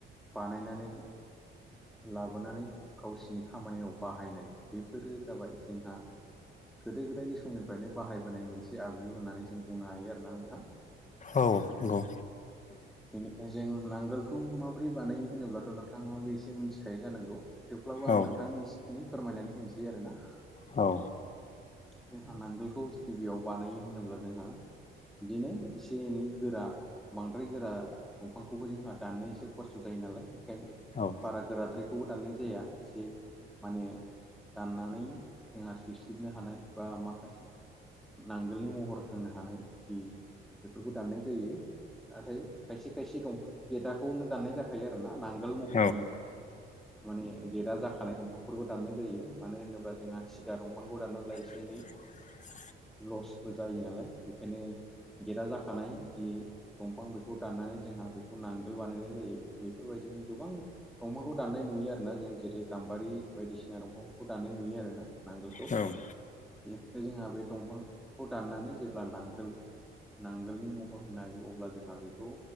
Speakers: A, in the centre; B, on the left.
A: बानायनानै लाबोनानै गावसिनि खामानियाव बाहायनाय बेफोरो जाबाय जोंहा गोदो गोदायनि समनिफ्रायनो बाहायबोनाय मोनसे आगजु होननानै जों बुंनो हायो आरोना नोंथां।
B: औ नंगौ
A: बेनिफ्राय जों नांगोलखौ माबोरै बानायो होनोब्लाथ' नोंथाङाबो एसे मिथिखायो जानांगौ? थेवब्लाबो आं
B: औ
A: नोंथांनि एसे एनै फोरमायनानै होनोसै आरो ना
B: औ
A: जोंहा नांगोलखौ गिबियाव बानायो होनोब्ला जोंहा बिदिनो एसे एनै गोरा बांद्राय गोरा दंफांखौबो जोंहा दाननो एसे खस्थ' जायो नालाय बेखायनो
B: औ
A: बारा गोराद्रायखौबो दाननाय जाया एसे माने दाननानै जोंहा सैसलिबनो हानाय बा माखासे नांगोलनि महर होनो हानाय जि बेफोरखौ दाननाय जायो। नाथाय खायसे खायसे दंफां गेदाखौनो दाननाय जाखायो आरो ना नांगोल महरनि
B: औ
A: माने गेटआ जाखानाय दंफांफोरखौ दाननाय जायो मानो होनोब्ला जोंहा जा दंफांखौ दानोब्ला एसे
B: <unintelligible>
A: एनै लसबो जायो नालाय बेखायनो गेटआ जाखानाय जि दंफां बेखौ दाननानै जोंहा बेखौ नांगोल बानायनाय जायो बेफोरबायदिनो गोबां दंफांखौ दाननाय नुयो आरोना जों जेरै गाम्बारि बायदिसिना दंफांफोरखौ दाननाय नुयो आरोना नांगोलखौ
B: औ
A: बेनि जोंहा बे दंफांखौ दाननानै जेब्ला नांगोल नांगोलनि महर होनो हायो अब्ला जोंहा बेखौ